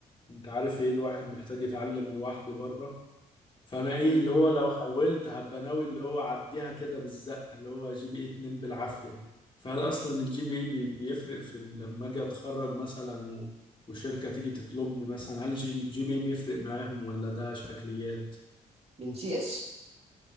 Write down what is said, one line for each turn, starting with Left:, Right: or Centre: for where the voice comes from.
Left: انت عارف ايه الواحد محتاج يتعلم لوحده بره فانا ايه
Right: مم،
Left: اللي هو لو حولت هبقى ناوي اللي هو اعديها كده بالزقة اللي هو جي بي اي 2 بالعافية فهل اصلا الجي بي اي بي- بيفرق في ال- لما اجي اتخرج مثلا و- وشركة تيجي تطلبني مثلا هل الجي بي اي بيفرق معاهم ولا ده شكليات
Right: من سي اس